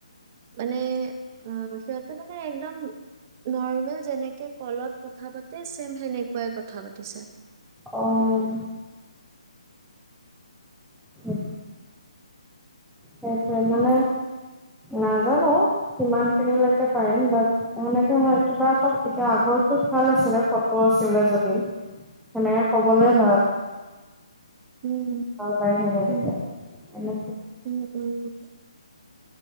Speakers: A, on the right (about 25°); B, in the centre.
A: মানে অ সিহঁতে মানে একদম নৰ্মেল যেনেকে কলত কথা পাতে ছেম সেনেকুৱাই কথা পাতিছে
B: আহ হয় সেইটোৱে মানে নাজানো কিমান খিনিলৈকে পাৰিম বাট সেনেকে হয় কিবা এটা এতিয়া আগৰটোত ভাল আছিলে ফটো আছিলে যদিও সেনেকে ক'বলে ভাল
A: উম উম
B: গাই থাকা তেতিয়া
A: উম
B: অ
A: উম উমঢ়